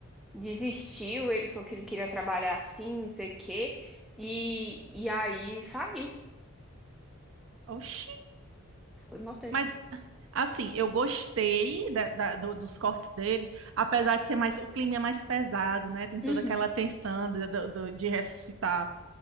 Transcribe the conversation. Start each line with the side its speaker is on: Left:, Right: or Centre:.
Centre: desistiu, ele falou que não queria trabalhar assim, não sei o quê. E, e aí saiu,
Right: Oxi.
Centre: foi mó treta.
Right: Mas Assim, eu gostei da- da- do- dos cortes dele, apesar de ser mais, o clima é mais pesado, né? Tem toda
Centre: Uhum.
Right: aquela tensão de, do- do- de ressuscitar